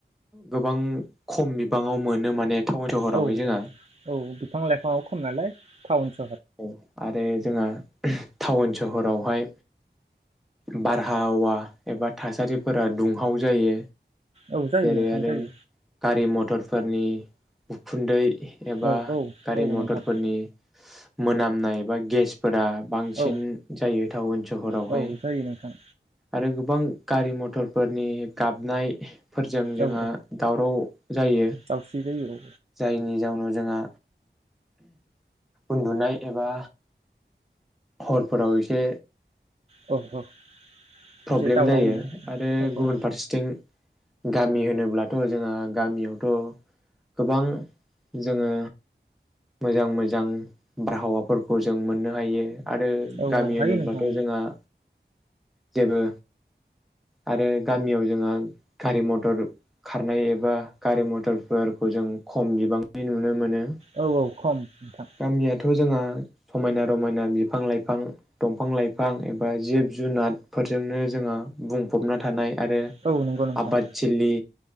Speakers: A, in the centre; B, on the right (about 35°).
A: गोबां खम बि बिबाङाव मोनो माने थाउन सहराव
B: औ
A: हाय जोंहा
B: औ बिफां लाइफाङाव खम नालाय टावनस
A: औ आरो जोंहा टाउन सहरावहाय बारहावा एबा थासारिफोरा दुंहाव जायो
B: औ जायो
A: जेरै
B: नोंथां
A: आरो
B: जायो
A: गारि मथर फोरारनि उखुन्दै एबा
B: औ औ
A: गारि
B: औ
A: मटरफोरनि
B: नोंथां
A: मोनामनाय एबा गेसफोरा बांसिन
B: औ
A: जायो टाउन सहरावहाय
B: औ जायो नोंथां
A: आरो गोबां गारि मथरफोरनि गाबनाय फोरजों जोंहा
B: औ
A: दावराव जायो
B: दाउस्रि जायो औ
A: जायनि जाउनाव जोंहा उन्दुनाय एबा हरफोराव एसे
B: औ औ
A: प्रब्लेम
B: एसे दावराव
A: जायो
B: मोनो
A: आरो
B: औ
A: गुबुन
B: औ
A: फारसेथिं गामि होनोब्लाथ' जोंंहा गामियावथ' गोबां जोंङो मोजां मोजां बारहावाफोरखौ जों मोननो हायो । आरो
B: औ
A: गामि
B: औ हायो
A: होनोब्लाथ'
B: नोंथां
A: जोंहा जेबो आरो गामियाव जोंहा गारि मटर खारनाय एबा गारि मथरफोरखौ जों खम बिबांनि नुनो मोनो ।
B: औ औ खम नोंथां
A: गामियाथ' जोंहा समायना रमायना बिफां-लाइफां दंफां-लाइफां एबा जिब जुनार फोरजोंनो जोंङो बुंफबना थानाय आरो
B: औ नंगौ नोंथां
A: आबाद थिलि